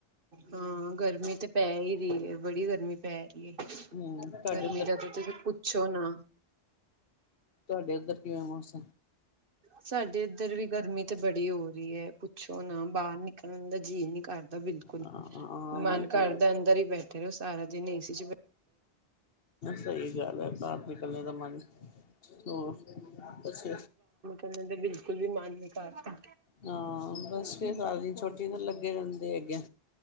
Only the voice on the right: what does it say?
ਹਾਂ ਗਰਮੀ ਏੱਥੇ ਪੈ ਈ ਰੀ ਏ। ਬੜੀ ਗਰਮੀ ਪੈ ਰੀ ਏ।
ਗਰਮੀ ਏਦਾ ਤੇ ਤੁਸੀ ਪੁੱਛੋ ਨਾ।
ਸਾਡੇ ਏਧਰ ਵੀ ਗਰਮੀ ਤੇ ਬੜੀ ਹੋ ਰੀ ਏ। ਪੁੱਛੋ ਨਾ ਬਾਹਰ ਨਿਕਲਣ ਦਾ ਜੀਅ ਨੀ ਕਰਦਾ ਬਿਲਕੁਲ
ਮਨ
ਕਰਦਾ ਅੰਦਰ ਈ ਬੈ ਫੇਰ ਓ ਸਾਰਾ ਦਿਨ ਏ ਸੀ 'ਚ ਬੈ
<unintelligible> ਤੇ ਬਿਲਕੁਲ ਵੀ ਮਨ ਨੀ ਕਰਤਾ।